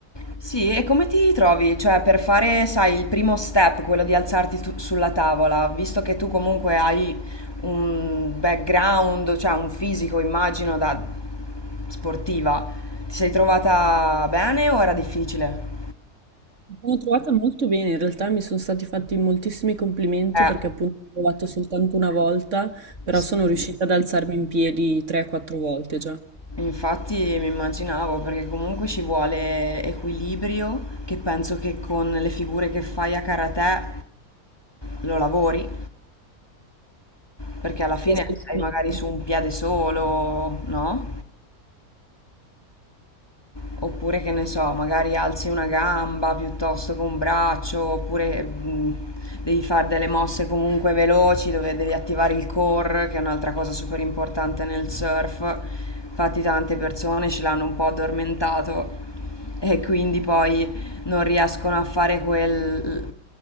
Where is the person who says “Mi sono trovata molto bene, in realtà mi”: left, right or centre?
Right